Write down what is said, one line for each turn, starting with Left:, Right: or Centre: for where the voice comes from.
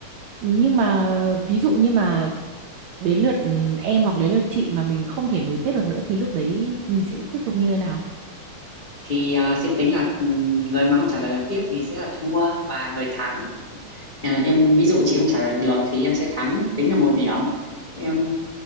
Right: nhưng mà ví dụ như mà đến lượt ừ, em hoặc đến lượt chị mà mình không thể nối tiếp được nữa thì lúc đấy mình sẽ tiếp tục như thế nào?
Left: thì à, sẽ tính là ừm, người mà không trả lời được tiếp thì sẽ là thua và người thắng à, em ví dụ chị không trả lời được thì em sẽ thắng tính là một điểm em